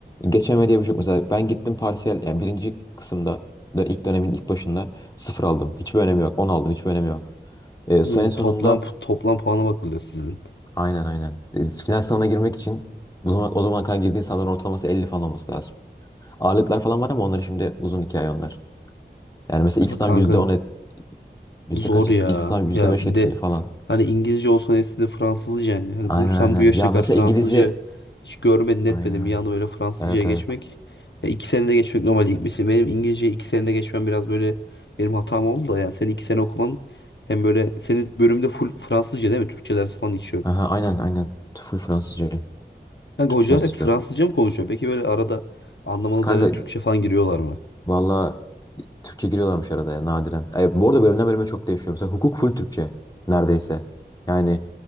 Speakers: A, on the left; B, on the left.
A: Geçeme diye bir şey yok. Mesela ben gittim parsiyel yani birinci kısımda da ilk dönemin ilk başında sıfır aldım. Hiçbir önemi yok. on aldım. Hiçbir önemi yok. E, so-
B: Hmm,
A: en sonunda
B: toplam toplam puana bakılıyor sizin.
A: Aynen aynen. E, Final sınavına girmek için o zaman, o zamana kadar girdiğin sınavların ortalaması 50 falan olması lazım. Ağırlıklar falan var ama onları şimdi uzun hikaye onlar. Yani mesela
B: Ya
A: ilk sınav
B: kanka
A: %10 et, yüzde
B: Zor
A: kaç
B: ya.
A: etkili? İlk sınav yüzde
B: Ya
A: beş
B: bir
A: etkili
B: de
A: falan.
B: hani İngilizce olsa neyse de Fransızca yani. Hani
A: Aynen
B: bu sen
A: aynen.
B: bu yaşına
A: Ya
B: kadar
A: mesela
B: Fransızca
A: İngilizce
B: hiç görmedin etmedin.
A: aynen öyle.
B: Bir anda böyle Fransızcaya
A: Evet
B: geçmek.
A: evet.
B: Ya iki senede geçmek normal değil. Mesela benim İngilizceyi iki senede geçmem biraz böyle benim hatam oldu da yani senin iki sene okuman hem böyle senin bölümde full Fransızca değil mi? Türkçe dersi falan hiç yok.
A: Aha, aynen aynen. Full Fransızca.
B: Kanka
A: Türkçe
B: hocalar
A: dersi
B: hep
A: hiç
B: Fransızca
A: yok.
B: mı konuşuyor? Peki böyle arada anlamanız
A: Kanka
B: yerlere Türkçe falan giriyorlar mı?
A: Valla Türkçe giriyorlarmış arada ya nadiren. E, bu arada bölümden bölüme çok değişiyor. Mesela hukuk full Türkçe neredeyse. Yani